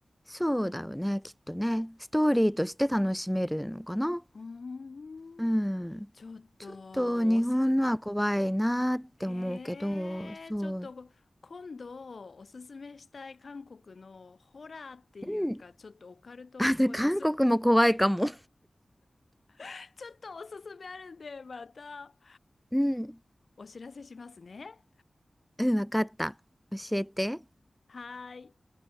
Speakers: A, in the centre; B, on the left (about 60°).
A: そうだよね、きっとね。ストーリーとして楽しめるのかな。
B: うーん、
A: うん。
B: ちょっと、
A: ちょっと日本のは怖いなって思うけど、
B: おす、へえ、
A: そう、
B: ちょっと、今度おすすめしたい韓国のホラーっていうか、
A: うん。
B: ちょっとオカルトっぽいおす、
A: あ、で韓国も怖いかも。
B: <laughs> ちょっとおすすめあるんで、また
A: うん。
B: お知らせしますね。
A: うん、わかった。教えて。
B: はーい。